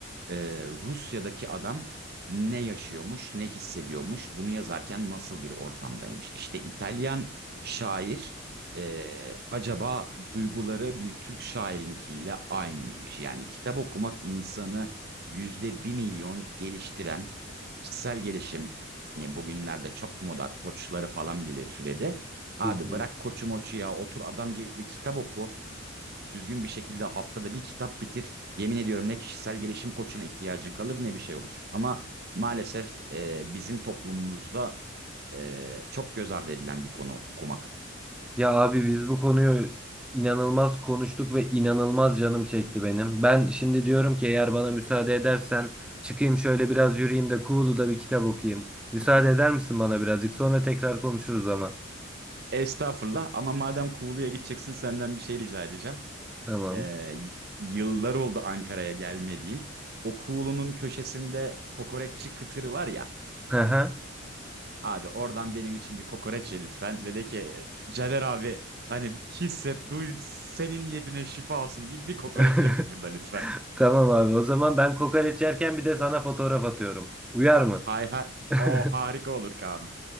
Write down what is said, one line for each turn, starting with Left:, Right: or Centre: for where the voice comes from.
Right: e, Rusya'daki adam ne yaşıyormuş, ne hissediyormuş, bunu yazarken nasıl bir ortamdaymış. İşte İtalyan şair e, acaba duyguları bir Türk şairinkiyle aynı mıymış? Yani kitap okumak insanı yüzde bir milyon geliştiren kişisel gelişim, hani bugünlerde çok moda koçları falan bile türedi. Abi
Centre: Hı hı.
Right: bırak koçu moçu ya otur adam gibi kitap oku. Düzgün bir şekilde haftada bir kitap bitir. Yemin ediyorum ne kişisel gelişim koçuna ihtiyacın kalır ne bir şey olur. Ama maalesef e, bizim toplumumuzda e, çok göz ardı edilen bir konu okumak.
Centre: Ya abi biz bu konuyu inanılmaz konuştuk ve inanılmaz canım çekti benim. Ben şimdi diyorum ki eğer bana müsaade edersen çıkayım şöyle biraz yürüyeyim de Kuğulu'da bir kitap okuyayım. Müsaade eder misin bana birazcık? Sonra tekrar konuşuruz ama.
Right: Estağfurullah ama madem Kuğulu'ya gideceksin senden bir şey rica edeceğim.
Centre: Tamam.
Right: E, yıllar oldu Ankara'ya gelmediğim. O Kuğulu'nun köşesinde kokoreççi kıtırı var ya.
Centre: Hı hı.
Right: Abi oradan benim için bir kokoreç ye lütfen ve de ki Caner abi hani hisset duy senin niyetine şifa olsun deyip bir kokoreç
Centre: <laughs>
Right: ye kıtırda lütfen.
Centre: Tamam abi. O zaman ben kokoreç yerken bir de sana fotoğraf atıyorum. Uyar mı?
Right: Hay hay
Centre: <laughs>
Right: o harika olur Kaan'ım.